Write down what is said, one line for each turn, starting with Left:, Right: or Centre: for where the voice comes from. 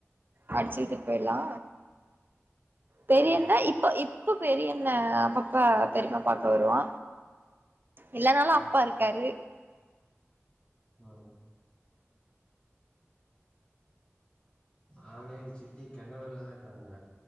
Right: அடிச்சுக்கிட்டு போயிட்லா பெரியன்ன
Left: ஆ
Right: இப்ப இப் இப்போ பெரியென்ன அப்பப்ப பெரிப்பா பாக்க வருவா இல்லனாலு
Left: ஆ
Right: அப்பா இருக்காரு
Left: ஆ நானே எங்க சித்தி கேனடாலதா இருக்கிறாங்க